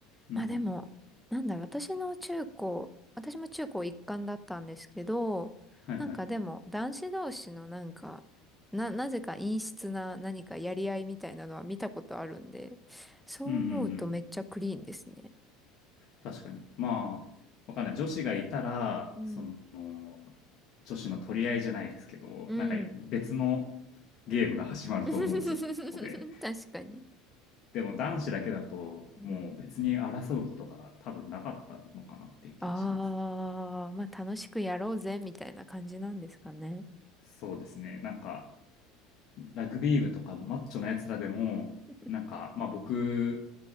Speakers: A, on the left; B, in the centre.
A: うんうん。
B: まあでも、なんだろう、私の中高、私も中高一貫だったんですけど、
A: はいはい。
B: なんかでも男子同士のなんか、な、なぜか陰湿な何かやり合いみたいなのは見たことあるんで、そう思うとめっちゃクリーンですね。
A: うんうんうん。確かに。まあ、わかんない。女子がいたら、
B: うん。
A: その、女子の取り合いじゃないですけど、
B: うん。
A: なんか別のゲームが始まると思うんですよ、
B: <laughs>
A: そこで。
B: 確かに。
A: でも男子だけだと、
B: うん。
A: もう別に争うことが多分なかったのかなっていう気がしますね。
B: ああ、まあ楽しくやろうぜ、みたいな感じなんですかね。
A: そうですね。なんか、ラグビー部とかマッチョなやつらでも、
B: <laughs>
A: なんか、まあ僕